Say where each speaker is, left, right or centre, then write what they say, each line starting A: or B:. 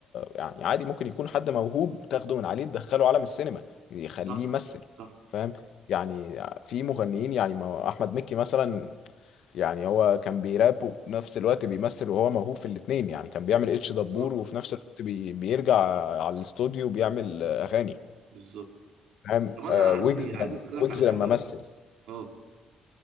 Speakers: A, on the left (about 70°); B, on the right (about 80°).
A: يعني عادي ممكن يكون حد موهوب تاخده من عليه تدخله عالم السينما يخليه
B: صح
A: يمثل
B: صح
A: فاهم يعني في مغنيين يعني ما احمد مكي مثلا يعني هو كان بيراب وفي نفس الوقت بيمثل وهو موهوب في الاتنين يعني كان بيعمل اتش دبور
B: بالظبط
A: وفي نفس الوقت بي بيرجع على الاستوديو بيعمل اغاني
B: بالظبط
A: فاهم
B: طب انا
A: آه
B: عندي
A: ويجز
B: عايز اسالك
A: ويجز
B: على
A: لما
B: حاجه
A: مثل
B: اه